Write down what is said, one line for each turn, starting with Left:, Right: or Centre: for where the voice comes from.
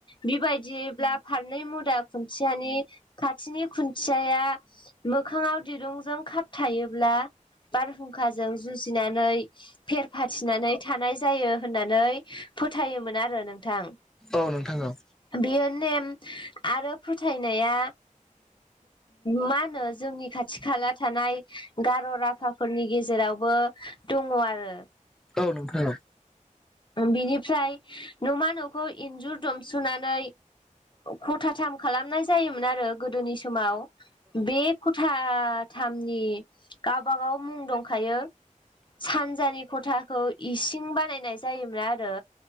Left: बिबायदिब्ला फारनै मुदा खुन्थियानि खाथिनि खुन्थियाया मोखाङाव दिरुंजों खाबथायायोब्ला बारहुंखाजों जुजिनानै फेर फाथिनानै थानाय जायो होननानै फोथायोमोन आरो नोंथां।
Centre: औ नोंथा औ
Left: बेयो नेम आरो फोथायनाया मा होनो जोंनि खाथि खाला थानाय गार' राफोरनि गेजेरावबो दङ आरो।
Centre: <unintelligible>
Left: बिनिफ्राय न'मा न'खौ इन्जुर दुमस'नानै ख'थाथाम खालामनाय जायोमोन आरो गोदोनि समाव। बे खथाथामनि गावबागाव मुं दंखायो सानजानि खथाखौ इसिं बानायनाय जायोमोन आरो।